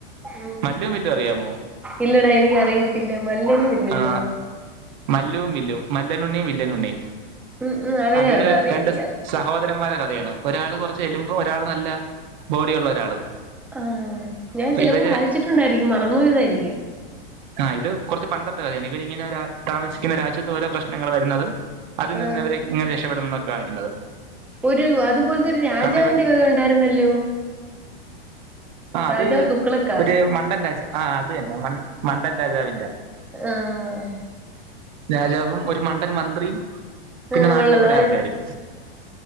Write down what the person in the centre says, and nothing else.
ഉം
ഇല്ലടാ എനിക്കറിയത്തില്ല മല്ലനും വില്ലനുവാ
ഉം ഉം അവന്
അറിയത്തില്ല
ആഹ ഞാൻ
ചിലപ്പോ
വായിച്ചിട്ടുണ്ടായിരിക്കും മറന്നു പോയതായിരിക്കും
ആഹ്
ഒരു അതുപോലത്തെരു രാജാവിന്റെ
കഥ ഉണ്ടായിരുന്നല്ലോ
രാജാവ്
തുക്കളക്കാ
ആഹ ആ
ആഹ്
ഉള്ളത്
അതെ